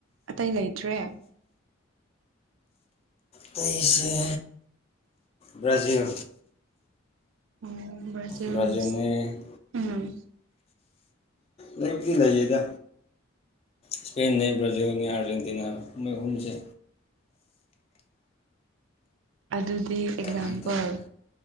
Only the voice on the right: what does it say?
ꯑꯇꯩ ꯂꯩꯇ꯭ꯔꯦ
ꯎꯝ ꯕ꯭ꯔꯖꯤꯜꯁ
ꯎꯝ
ꯑꯗꯨꯗꯤ ꯑꯦꯛꯖꯥꯝꯄꯜ